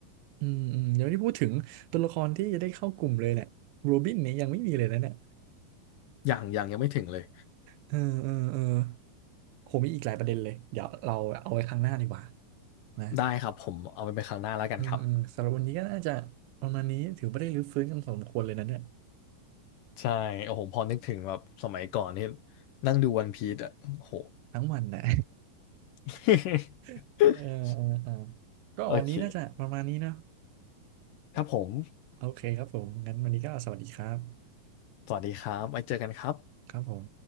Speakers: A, on the right; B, on the left.
A: อืมอืมเดี๋ยวนี้พูดถึงตัวละครที่จะได้เข้ากลุ่มเลยเนี่ยโรบินเนี่ยยังไม่มีเลยนะเนี่ย
B: อย่างอย่างยังไม่ถึงเลย
A: เออเออเออโหมีอีกหลายประเด็นเลยเดี๋ยวเราเอาไว้ครั้งหน้าดีกว่านะ
B: ได้ครับผมเอาไปเป็นครั้งหน้าแล้วกันครับ
A: เออเออสำหรับวันนี้ก็น่าจะประมาณนี้ถือว่าได้รื้อฟื้นกันพอสมควรเลยนะเนี่ย
B: ใช่โอ้โหพอนึกถึงแบบสมัยก่อนนี่นั่งดูวันพีซอ่ะโอ้โห
A: ทั้งวันนะ
B: <laughs>
A: <laughs> เออเออเออก็วันนี้น่าจะประมาณนี้เนาะ
B: โอเคครับผม
A: โอเคครับผมงั้นวันนี้ก็สวัสดีครับ
B: สวัสดีครับไว้เจอกันครับ
A: ครับผม